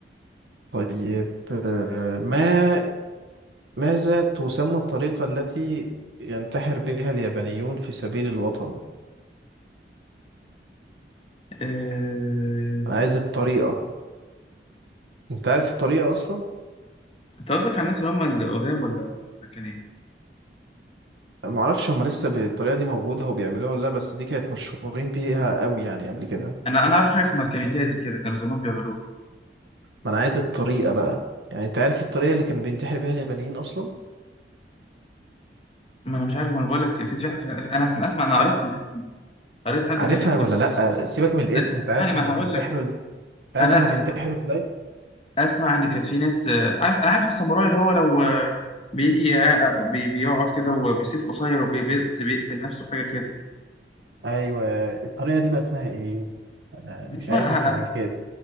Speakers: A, on the right (about 80°); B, on the left (about 30°).
A: طيب آه، ما ماذا تسمى الطريقة التي ينتحر بها اليابانيون في سبيل الوطن؟
B: أه
A: أنا عايز الطريقة أنت عارف الطريقة أصلا؟
B: أنت قصدك على الناس اللي هم القدام ولا ولا كان إيه؟
A: ما اعرفش هم لسه بالطريقه دي موجوده وبيعملوها ولا لا بس دي كانت مشهورين بيها قوي يعني قبل كده
B: أنا أنا أعرف حاجة اسمها الكاميكازي كده كانوا زمان بيعملوها
A: ما انا عايز الطريقه بقى يعني انت عارف الطريقه اللي كان بينتحر بيها اليابانيين اصلا
B: ما أنا مش عارف ما أنا بقول لك كان في في- أنا أسمع أسمع أنا قريت في الحتة دي قريت حد
A: عارفها
B: كان كاتب
A: ولا لا سيبك من
B: ده
A: الاسم
B: لسه
A: انت
B: اسمعني
A: عارف
B: ما
A: هم
B: هقول
A: بينتحروا
B: لك
A: انت عارف
B: أنا
A: هم بينتحروا
B: أسمع
A: ازاي
B: أسمع إن كانت في ناس آه، عارف أنا عارف الساموراي اللي هو لو آه، بيجي آه، آه، بي- بيقعد كده وبيسيف قصير وبيقتل نفسه حاجة كده
A: ايوه الطريقه دي بقى اسمها ايه انا
B: دي اسمها
A: مش عايز الكاميكازي
B: ه-